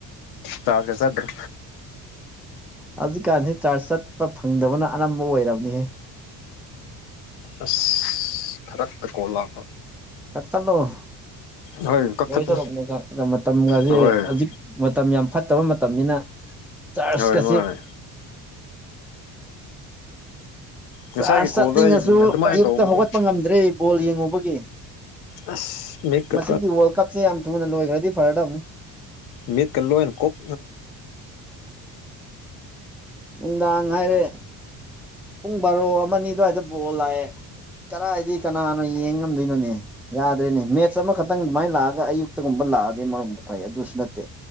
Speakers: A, on the left; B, in the centre.
A: ꯆ ꯆ ꯆꯗ꯭ꯔ
B: ꯍꯧꯖꯤꯛꯀꯥꯟꯁꯤ ꯆꯥꯔꯖ ꯆꯠꯄ ꯐꯪꯗꯕꯅ ꯑꯅꯝꯕ ꯑꯣꯏꯔꯕꯅꯤꯍ
A: ꯑꯁ ꯐꯔꯛꯛꯇ ꯀꯣꯂꯥ
B: ꯀꯠꯊꯠꯂꫭ
A: ꯍꯣꯏ ꯀꯛꯊꯠꯄꯅ
B: ꯂꯣꯏꯗꯧꫪ ꯕꯅꯤꯗ ꯃꯇꯝꯒꯁꯦ
A: ꯍꯣꯏ
B: ꯍꯧꯖꯤꯛ ꯃꯇꯝ ꯌꯥꯝ ꯐꯠꯇꯕ ꯃꯇꯝꯅꯤꯅ ꯆꯔꯖꯀꯁꯦ
A: ꯍꯣꯏ ꯃꯥꯅꯦ ꯉꯁꯥꯏꯒꯤ
B: ꯆꯥꯔꯖ
A: ꯀꯣꯜꯗꯣ
B: ꯆꯞꯅꯤꯡꯉꯁꯨ
A: ꯑꯩ ꯑꯗꯨꯃꯥꯏꯅ
B: ꯑꯌꯨꯛꯇ
A: ꯇꯧꯕꯀꯣ
B: ꯍꯧꯒꯠꯄ ꯉꯝꯗ꯭ꯔꯦ ꯕꯣꯜ ꯌꯦꯡꯉꯨꯕꯒꯤ
A: ꯑꯁ ꯃꯤꯠꯀ
B: ꯃꯁꯤꯒꯤ ꯋꯥꯔꯜ ꯀꯞꯁꯦ ꯌꯥꯝ ꯊꯨꯅ ꯂꯣꯏꯈ꯭ꯔꯗꯤ ꯐꯔꯗꯕꯅꯤ
A: ꯃꯤꯠꯀ ꯂꫭꯏꯅ ꯀꯨꯛ
B: ꯅꯨꯡꯗꯥꯡ ꯍꯥꯏꯔꯦ ꯄꯨꯡ ꯕꯥꯔꯣ ꯑꯃ ꯑꯅꯤ ꯑꯗꯨꯋꯥꯏꯗ ꯕꯣꯜ ꯂꯥꯛꯑꯦ ꯀꯔꯥꯏꯗꯩ ꯀꯅꯥꯅꯣ ꯌꯦꯡꯉꯝꯗꯣꯏꯅꯣꯅꯦ ꯌꯥꯗ꯭ꫪ‌ꯦꯅ‌ꯦ ꯃꯦꯠꯁ ꯑꯃꯈꯛꯇꯪ ꯑꯗꯨꯃꯥꯏꯅ ꯂꯥꯛꯑꯒ ꯑꯌꯨꯛꯇꯥꯒꯨꯝꯕ ꯂꯥꯛꯑꯗꯤ ꯑꯃꯔ‌ꯣꯝꯗ ꯐꯩ ꯑꯗꯨꯁꯨ ꯅꯠꯇꯦ